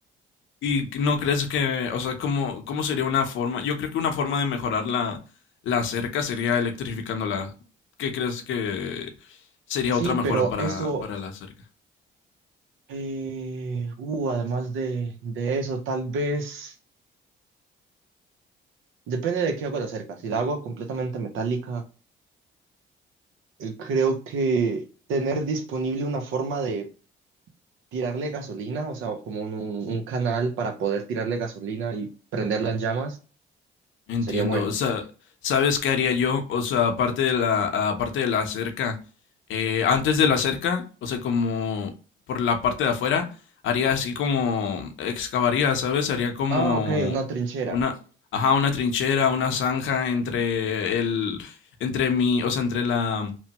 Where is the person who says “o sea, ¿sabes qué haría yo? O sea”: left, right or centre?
Left